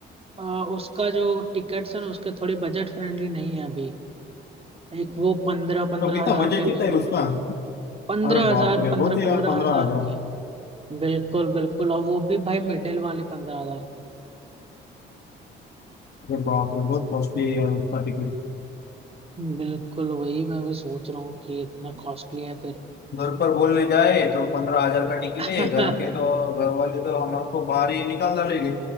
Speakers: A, on the right; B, on the left.
A: आ, उसका जो टिकट्स है ना उसके थोड़ी बजट फ्रेंडली नहीं है अभी एक वो पंद्रह पंद्रह
B: तो कितना
A: हजार
B: बजट
A: के
B: कितना
A: भी मिल
B: है उसका
A: रहे पंद्रह
B: अरे
A: हजार
B: बाप रे
A: पंद्रह
B: बहुत है यार
A: पंद्रह
B: पंद्रह
A: हजार
B: हजार
A: के बिल्कुल बिल्कुल और वो भी भाई मिडिल वाले पंद्रह हजार के
B: अरे बाप रे बहुत कॉस्टली है यार उसका टिकट तो
A: बिल्कुल वही मैं भी सोच रहा हूँ कि इतना कॉस्टली है फिर
B: घर पर बोलने जाए तो पंद्रह हजार का टिकट
A: <laughs>
B: है घर के तो घर वाले तो हमारे को बाहर ही निकाल डालेंगे